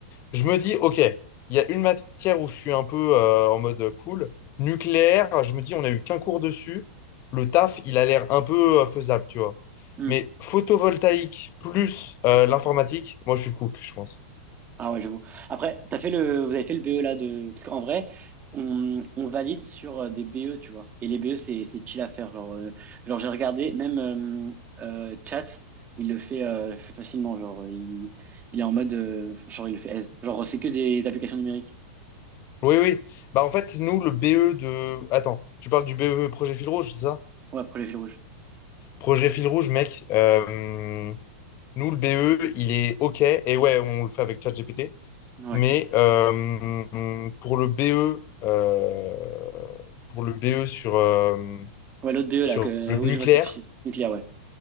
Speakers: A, on the left (about 40°); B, on the right (about 25°).
A: Je me dis, OK, il y a une matière où je suis un peu euh, en mode euh, cool. Nucléaire, je me dis, on n'a eu qu'un cours dessus. Le taf, il a l'air un peu euh, faisable, tu vois.
B: Hmm.
A: Mais photovoltaïque plus euh, l'informatique, moi, je suis cook, je pense.
B: Ah ouais, j'avoue. Après, t'as fait le, vous avez fait le BE là de, parce qu'en vrai, on, on valide sur euh, des BE, tu vois. Et les BE, c'est, c'est chill à faire. Genre, euh, genre j'ai regardé, même euh, euh, Chat, il le fait, euh, le fait facilement. Genre, euh, il, il est en mode, euh, genre, il le fait aise. Genre, c'est que des applications numériques.
A: Oui, oui. Bah, en fait, nous, le BE de. Attends, tu parles du BE projet fil rouge, c'est ça?
B: Ouais, pour les fils rouges.
A: Projet fil rouge, mec. euh, Nous, le BE, il est OK. Et ouais, on le fait avec ChatGPT.
B: Ouais.
A: Mais euh, pour le BE, euh, pour le BE sur, euh,
B: Ouais, l'autre BE
A: sur
B: là, que,
A: le
B: oui,
A: nucléaire,
B: je vois ce que tu dis. Nucléaire, ouais.